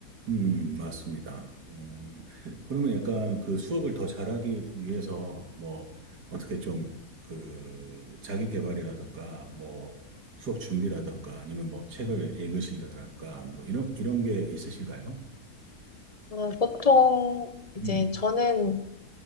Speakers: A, on the right; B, on the left.
A: 음, 맞습니다. 음, 그러면 약간 그 수업을 더 잘하기 위해서 뭐 어떻게 좀 그 자기 개발이라든가 뭐 수업 준비라든가 아니면 뭐 책을 읽으신다랄까 뭐 이런 이런 게 있으신가요?
B: 어, 보통 이제
A: 음,
B: 저는